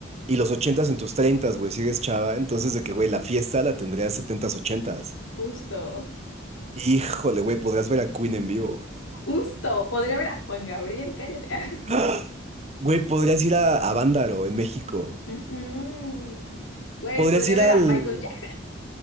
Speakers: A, on the right; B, on the left.
A: y los ochentas en tus treintas, güey, sigues chava. Entonces, de que, güey, la fiesta la tendrías setentas, ochentas.
B: Justo.
A: Híjole, güey, podrías ver a Queen en vivo.
B: Justo. Podría ver a Juan Gabriel, cállate. <laughs>
A: <gasps> ¡Ah! Güey, podrías ir a, a Bándaro en México.
B: Ujú. Güey,
A: Podrías
B: podría
A: ir
B: ver
A: al...
B: a Michael Jackson.